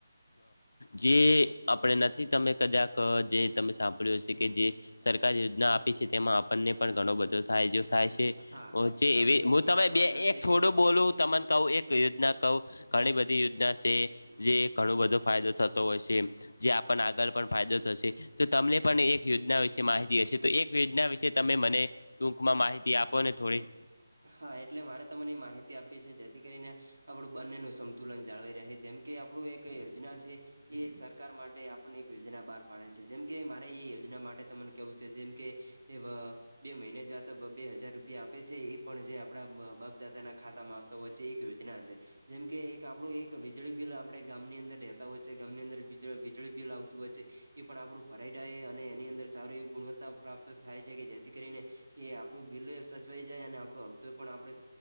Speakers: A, on the left; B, on the right.
A: જે આપણે નથી, તમે કદાચ જે તમે સાંભળ્યું હશે કે જે સરકાર યોજના આપી છે તેમાં આપણને પણ ઘણો બધો ફાયદો થાય છે. કે
B: હા
A: હુંચી
B: તમે
A: એવી
B: પણ
A: તમને
B: લાભ
A: બે-એક
B: આલ્યો છે
A: ફોડું
B: કે જેથી
A: બોલું
B: કરીને
A: હું તમને કહું એક યોજનામાં કઉ ઘણી બધી યોજનાઓ છે, જે ઘણો બધો ફાયદો થતો હોય છે. જે આપણને આગળ પણ ફાયદો થશે. તો તમને પણ એક યોજના વિશે માહિતી હશે તો એક યોજના વિશે તમે મને ટૂંકમાં માહિતી આપો ને થોડીક
B: હા એટલે મારે તમને માહિતી આપવી છે, જેથી કરીને આપણા બંનેનું સંતુલન જળવાઈ રહે, જેમ કે આપણી એક યોજના છે. એ સરકાર માટે આપણે એક યોજના બહાર પાડે છે જેમ કે મારે એ યોજના વિશે તમને કહેવું છે જેમ કે એ બે મહિને જતા બ બે હજાર રૂપિયા આપે છે એ પણ જે આપણા બાપ દાદાના ખાતામાં આવતા હોય છે, એ એક યોજના છે. જેમ કે આપણું એક વીજળી બિલ આપણે ગામની અંદર રહેતા હોઈએ તો ગામની અંદર વીજળી બિલ આવતું હોય છે. એ પણ આપણું ભરાઈ રહે અને એની અંદર સારી એવી ગુણવત્તા પ્રાપ્ત થાય છે, કે જેથી કરીને એ આપણું બિલ સચવાઈ જાય અને આપણો હપ્તો પણ આપણે